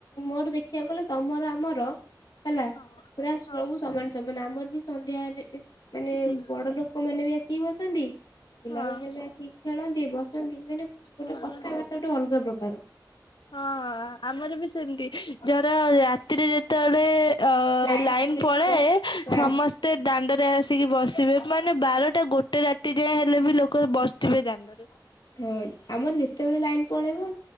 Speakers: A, on the left; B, on the left.
A: ମୋର ଦେଖିବାକୁ ଗଲେ ତମର ଆମର ହେଲା
B: ହଁ
A: ପୁରା ସବୁ
B: ହଁ
A: ସମାନ ସମାନ ଆମର ବି ସନ୍ଧ୍ୟା ହେଲେ ମାନେ
B: ହୁଁ
A: ବଡ ଲୋକ ମାନେ ବି ଆ ସିକି ବସନ୍ତି ପିଲାମାନେ
B: ହଁ।
A: ବି ଆସିକି ଖେଳନ୍ତି ବସନ୍ତି ମାନେ ଗୋଟେ
B: ହଁ।
A: କଥା ତା ଗୋଟେ ଅଲଗା ପ୍ରକାର।
B: ହଁ ଆମର ବି ସେମିତି ଧର ରାତିରେ ଯେତେବେଳେ ଅ
A: ଲାଇନ
B: ଲାଇନ୍
A: ପଳେଇଥିବ
B: ପଳାଏ
A: ହଁ
B: ସମସ୍ ତେ ଦାଣ୍ଡରେ ଆସିକି ବସିବେ ମାନେ ବାରଟା ଗୋଟେ ରାତି ତି ଯେତେ ଯାହା ହେଲେ ବି ଲୋକ ବସିଥିବେ ଦାଣ୍ଡରେ।
A: ହଁ ଆମର ଯେତେବେଳେ ଲାଇନ ପଳେଇବ